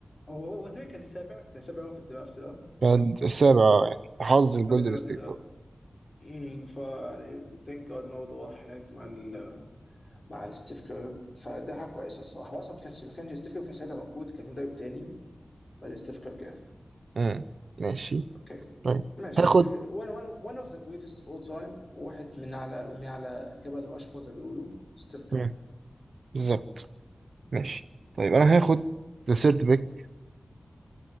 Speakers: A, on the left; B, on the right.
A: هو هو تقريبا كان السابع كان السابع هو في الدرافت ده هو
B: بعد السابع آه، يعني حظ الجولدن
A: كان السابع
B: ستيت
A: في الدرافت
B: طبعا
A: امم، فا يعني ثانك جاد ان هو راح هناك مع ال مع الستيف كير فده حاجه كويسه الصراحه هو اصلا ما كانش ما كانش ستيف كير كان ساعتها موجود كان في مدرب تاني بعدين ستيف كير جه
B: مم. ماشي
A: اوكي
B: طيب
A: ماشي
B: هاخد
A: وانا وانا one اوف ذا جريتست اوف اول تايم واحد من على من على جبل راشمور زي ما بيقولوا ستيف كير
B: مم. بالظبط ماشي طيب انا هاخد ذا سيرد بيك